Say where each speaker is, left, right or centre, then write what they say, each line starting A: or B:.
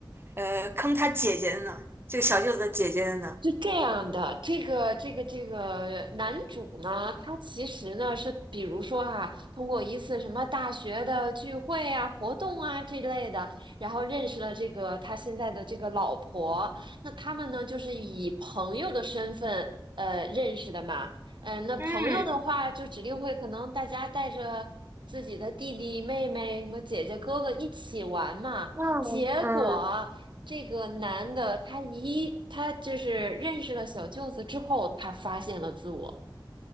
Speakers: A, on the right (about 25°); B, on the right (about 70°).
A: 呃坑他姐姐的呢？这个小舅子的姐姐的呢？
B: 是这样的，这个这个这个男主呢，他其实呢是，比如说哈、通过一次什么大学的聚会啊、活动啊这类的，然后认识了这个他现在的这个老婆。那他们呢，就是以朋友的身份呃认识的嘛。嗯、那朋友的话，
A: 嗯
B: 就指定会可能大家带着自己的弟弟、妹妹、什么姐姐、哥哥一起玩嘛。
A: 嗯嗯，
B: 结果。这个男的，他一他就是认识了小舅子之后，他发现了自我，